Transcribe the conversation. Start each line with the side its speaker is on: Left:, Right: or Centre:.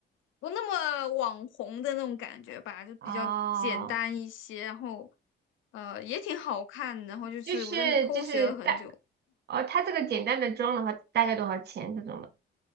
Left: 不那么网红的那种感觉吧，就比较简单一些，
Right: 哦，
Left: 然后呃也挺好看，然后就是我在那偷学了很久。
Right: 就是就是大哦，它这个简单的妆的话大概多少钱这种的？